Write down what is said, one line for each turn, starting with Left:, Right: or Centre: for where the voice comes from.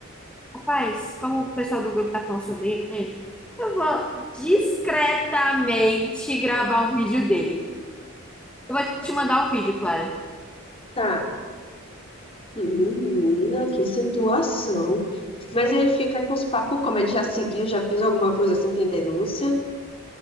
Centre: Rapaz, como o pessoal do grupo tá falando sobre ele, eu vou discretamente gravar um vídeo dele. Eu vou te mandar o vídeo, Clara.
Left: Tá. Menina, que situação. Mas ele fica com os papos, como ele já seguiu, já fez alguma coisa assim, tem denúncia.